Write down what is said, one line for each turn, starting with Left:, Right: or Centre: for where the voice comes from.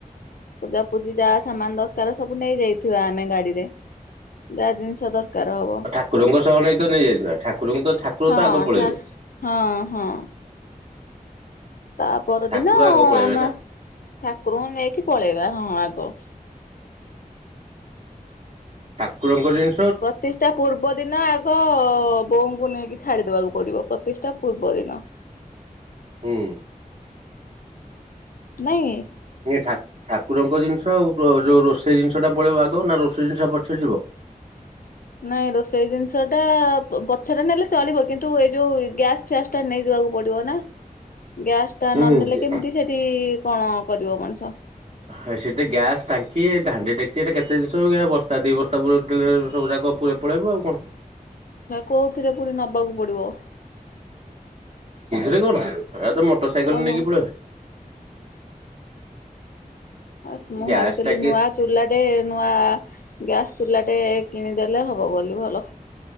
Left: ପୂଜାପୂଜି ଯାହା ସାମାନ ଦରକାର ସବୁ ନେଇ ଯାଇଥିବା ଆମେ ଗାଡିରେ ଯାହା ଜିନିଷ ଦରକାର ହବ।
Right: ଆଉ ଠାକୁରଙ୍କ ନେଇ ତ ନେଇଯାଇଥିବା ଠାକୁରଙ୍କୁ ତ ଠାକୁର
Left: ହଁ
Right: ତ ଆଗ ପଳେଇବେ
Left: ଠା ହଁ ହଁ ତା ପରଦିନ
Right: ଠାକୁର ଆଗ ପଳେଇବେ
Left: ଆମ
Right: ନା।
Left: ଠାକୁରଙ୍କୁ ନେଇକି ପଳେଇବା ହଁ ଆଗ
Right: ଠାକୁରଙ୍କ ଦିନ
Left: ପ୍ରତିଷ୍ଠା ପୂର୍ବ ଦିନ ଆଗ ବଉଙ୍କୁ ନେଇକି ଛାଡିଦବାକୁ ପଡିବ ପ୍ରତିଷ୍ଠା ପୂର୍ବ ଦିନ
Right: ହଁ।
Left: ନାଇଁ
Right: ଠାକୁରଙ୍କ ଜିନିଷ ଆଉ ଯୋଉ ରୋଷେଇ ଜିନିଷ ଟା ପଳେଇବ, ଆଗ ନା ରୋଷେଇ ଜିନିଷ ପଛେ ଯିବ
Left: <inaudible> ନାଇଁ ରୋଷେଇ ଜିନିଷ ଟା ପଛରେ ନେଲେ ଚଳିବ, କିନ୍ତୁ ଏଇ ଯୋଉ ଗ୍ୟାସ ଫ୍ୟାସ ଟା ନେଇଯ ପଡିବ ନା ଗ୍ୟାସ ଟା
Right: ହୁଁ
Left: ନନେଲେ କେମିତି ସେଠି କଣ କରିବ ମଣିଷ?
Right: ହଁ ସେଠି ଗ୍ୟାସ୍ ଟାଙ୍କି ହାଣ୍ଡି ଡେକିଚି କେତେ ଜିନିଷ ବସ୍ତା ଦି ବସ୍ତା ବ ସବୁ ଯାକ ପୁରୀ ପଳେଇବ ଆଉ କଣ?
Left: କୋଉଥିରେ ପୁଣି ନବାକୁ ପଡିବ?
Right: ରେ କଣ ଏ ତ ମୋଟର ସାଇକେଲ
Left: ଆଉ ହଁ
Right: ନେଇକି ପଳେଇବା।
Left: ଆସ ମୁଁ
Right: ଗ୍ୟାସ୍
Left: ଭାବିଥିଲି
Right: ଟାଙ୍କି
Left: ନୂଆ ଚୁଲାଟେ ରେ ନୂଆ ଗ୍ୟାସ୍ ଚୁଲାଟେ କିଣିଦେଲେ ହବ ବୋଲି ଭଲ